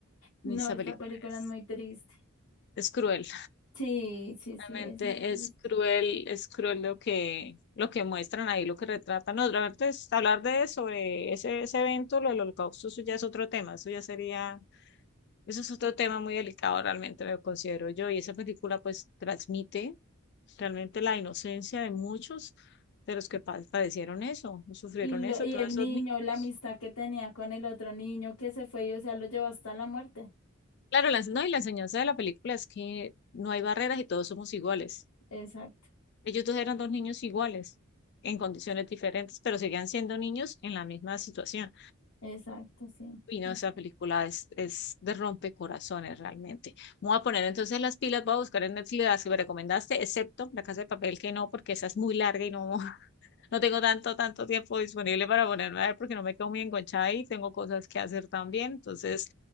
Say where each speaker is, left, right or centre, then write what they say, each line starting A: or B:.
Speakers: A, on the left (about 90°); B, on the left (about 50°).
A: No,
B: Esa
A: esta
B: película
A: película
B: es,
A: es muy triste.
B: es cruel.
A: Sí, sí,
B: Realmente
A: sí, es muy triste.
B: es cruel, es cruel lo que, lo que muestran ahí, lo que retratan. No, realmente es- hablar de sobre ese, ese evento, lo del holocausto, eso ya es otro tema. Eso ya sería, eso es otro tema muy delicado realmente, lo considero yo. Y esa película pues transmite realmente la inocencia de muchos de los que pa- padecieron eso, sufrieron
A: Y, lo-
B: eso,
A: y
B: todos
A: el
B: esos
A: niño,
B: niños.
A: la amistad que tenía con el otro niño que se fue y o sea, lo llevó hasta la muerte.
B: Claro, la, no, y la enseñanza de la película es que no hay barreras y todos somos iguales.
A: Exacto.
B: Ellos dos eran dos niños iguales, en condiciones diferentes, pero seguían siendo niños en la misma situación.
A: Exacto, sí.
B: Y no,
A: Esa
B: esa película
A: <laughs> es
B: es, es de rompecorazones realmente. Me Voy a poner entonces las pilas, voy a buscar en Netflix las que me recomendaste, excepto La Casa de Papel, que no, porque esa es muy larga y no, no tengo tanto, tanto tiempo disponible para ponerme a ver porque no me quedo muy enganchada y tengo cosas que hacer también. Entonces,